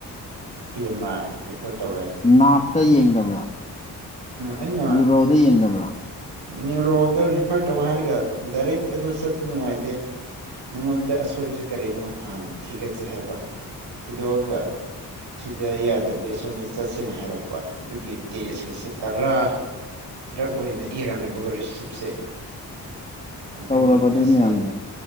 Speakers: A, on the right; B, on the left.
A: ꯄꯤ ꯑꯦꯝ ꯑꯥꯔ ꯐꯔ ꯇꯧꯔꯦ
B: ꯅꯥꯞꯇ ꯌꯦꯡꯗꯕ꯭ꯔꯣ
A: ꯑꯩꯅ
B: ꯅ꯭ꯌꯨꯔꯣꯗ ꯌꯦꯡꯗꯕ꯭ꯔꯣ
A: ꯅ꯭ꯌꯨꯔꯣꯗ ꯔꯤꯐꯔ ꯇꯧꯍꯥꯏꯔꯒ ꯗꯥꯏꯔꯦꯛ ꯑꯗꯨ ꯆꯠꯄꯗ ꯅꯨꯡꯉꯥꯏꯇꯦ ꯅꯪꯉꯣꯟꯗ ꯑꯁꯣꯏꯕꯁꯦ ꯀꯔꯤꯅꯣ ꯍꯥꯟꯅ ꯊꯤꯒꯠꯁꯦ ꯍꯥꯏꯕ ꯊꯤꯗꯣꯛꯑꯒ ꯁꯤꯗ ꯌꯥꯗ꯭ꯔꯗꯤ ꯁꯣꯝꯗ ꯆꯠꯁꯦꯅ ꯍꯥꯏꯔꯛꯄ ꯑꯗꯨꯒꯤ ꯇꯦꯖꯀꯤꯁꯦ ꯇꯔꯥ ꯗ ꯔꯛ ꯑꯣꯏꯅꯤ ꯏꯔꯝꯃꯦꯕꯀꯣ ꯔꯤꯁꯤꯞꯁꯦ ꯑꯗꯨꯒꯤ
B: ꯇꯧꯔꯕ ꯑꯗꯨ
A: ꯉꯁꯤ
B: ꯃꯌꯥꯝꯗꯣ